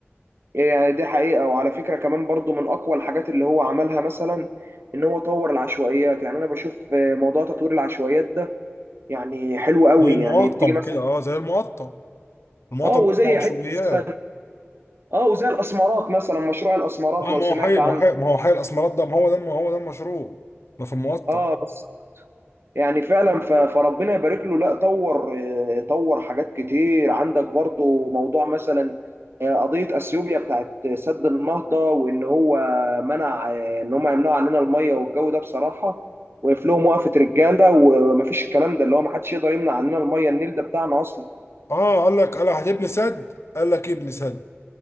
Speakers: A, on the right (about 60°); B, on the left (about 70°).
A: يعني دي حقيقة وعلى فكرة كمان برضو من اقوى الحاجات اللي هو عملها مثلا ان هو طور العشوائيات يعني انا بشوف موضوع تطوير العشوائيات ده يعني حلو قوي
B: زي المقطم
A: يعني بتيجي مثلا
B: كده أه زي المقطم المقطم
A: اه
B: مش
A: وزي
B: مع عشوائيات
A: حته اه وزي الاسمرات مثلا مشروع الاسمرات
B: آه،
A: لو
B: ما
A: سمعت
B: هو حي
A: عنه
B: ما هو حي ما هو حي الأسمرات ده ما هو ده ما هو ده المشروع ده في المقطم
A: اه بس يعني فعلا ف- فربنا يبارك له لا طور آه، طور حاجات كتير عندك برضو موضوع مثلا آه، قضية اثيوبيا بتاعت سد النهضة وان هو منع آه، ان هم يمنعوا عننا المية والجو ده بصراحة وقف لهم وقفة رجالة ومفيش الكلام ده اللي هو محدش يقدر يمنع عننا المية النيل ده بتاعنا اصلا
B: أه قال لك قال هتبني سد قال لك ابني سد